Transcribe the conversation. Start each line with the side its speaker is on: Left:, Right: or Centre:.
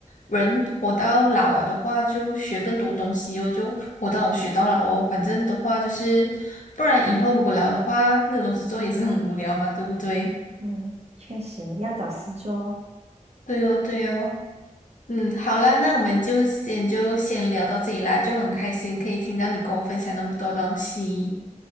Left: 人活到老了的话，就学更多东西哦，就活到老学到老哦。反正的话就是，不然以后如果老的话，没有东西做也是很无聊嘛，对不对？
Right: 嗯，确实要找事做。
Left: 对哦，对哦。嗯，好啦，那我们就先就先聊到这里啦，就很开心可以听到你跟我分享那么多东西。